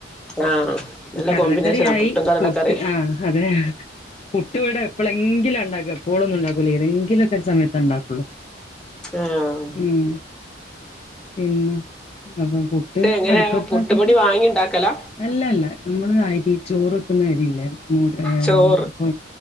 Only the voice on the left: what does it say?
കടലക്കറിയായി
പുട്ട് ആഹ് അതെ. പുട്ട് ഇവിട എപ്പോളെങ്കിലും ഉണ്ടാക്കാ എപ്പോഴൊന്നും ഉണ്ടാക്കൂലാ ഏതെങ്കിലുമൊക്കെ ഒരു സമയത്ത് ഉണ്ടാക്കുള്ളൂ.
ഉം പിന്നെ അപ്പോ പുട്ട്
അടുപ്പത്താക്കിട്ട്
അല്ല അല്ല നമ്മള് അരി ചോറ് വെക്കുന്നരില്ലേ മൂട് ഏഹ്
പൊ